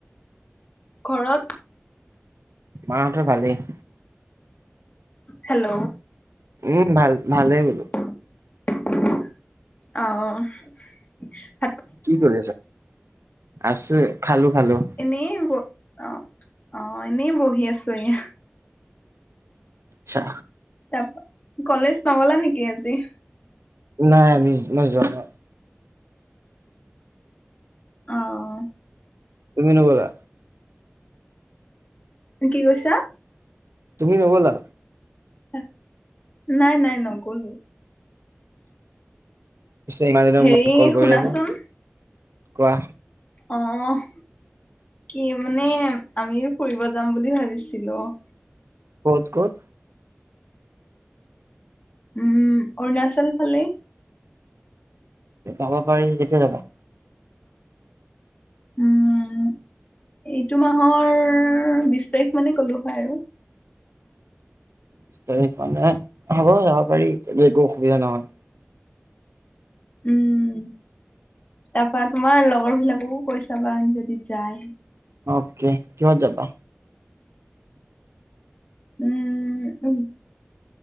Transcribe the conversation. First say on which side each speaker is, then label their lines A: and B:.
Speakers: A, on the left (about 35°); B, on the right (about 80°).
A: ঘৰত
B: মা হঁতৰ ভালেই।
A: হেল্ল
B: উম ভাল ভালেই বোলো।
A: আহ।
B: কি কৰি আছা? আছোঁ, খালো খালো।
A: এনেই ব অ অ, এনেই বহি আছো এয়া।
B: আচ্ছা।
A: তাপা কলেজ নগ'লা নেকি আজি?
B: নাই আমি মিচ মই যোৱা <unintelligible>
A: অ অ।
B: তুমি নগ'লা?
A: কি কৈছা?
B: তুমি নগ'লা?
A: হয়। নাই নাই নগ'লো।
B: পিছে ইমান দিনৰ
A: হেৰি
B: মোৰত কল
A: শুনাচোন
B: কৰিলা যে, কোৱা।
A: অ'। কি মানে, আমিও ফুৰিব যাম বুলি ভাবিছিলো অ'।
B: ক'ত, ক'ত।
A: উম, অৰুণাচল ফালে।
B: যাব পাৰি, কেতিয়া যাবা?
A: উম, এইটো মাহৰ বিশ তাৰিখ মানে গ'লো হয় আৰু।
B: বিশ তাৰিখ মানে, হ'ব যাব পাৰি, যদি একো অসুবিধা নহয়।
A: উম, তাপা তোমাৰ লগৰ বিলাককো কৈ চাবা যদি যায়।
B: অকে, কিহত যাবা?
A: উম,